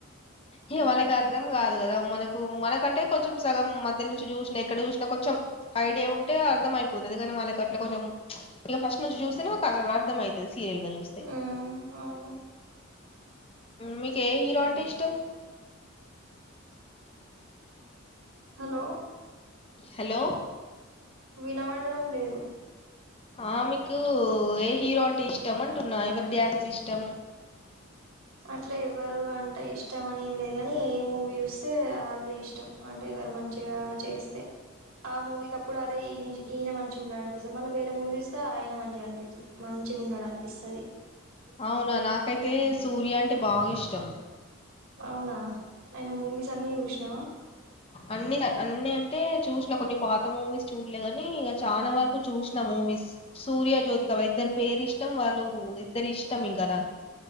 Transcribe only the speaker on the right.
మ్మ్ అవును
హలో
వినబడడం లేదు
అట్లేవ్వరు అంటే ఇష్టం అని ఏం లేదు కానీ ఏ మూవీ చూస్తే వాళ్ళే ఇష్టం అంటే ఎవరు మంచిగా చేస్తే ఆ మూవీకి అప్పుడు అరే ఈయ ఈయన ఆ ఆ మూవికప్పుడు అరె ఇన మంచిగా ఉన్నాడు అనిపిస్తది మళ్ళ వేరే మూవీస్ చూస్త ఆయన మంచిగా అనిపించింది మం మంచిగున్నడనిపిస్తది
అవునా ఆయన మూవీస్ అన్ని చూశ్నవా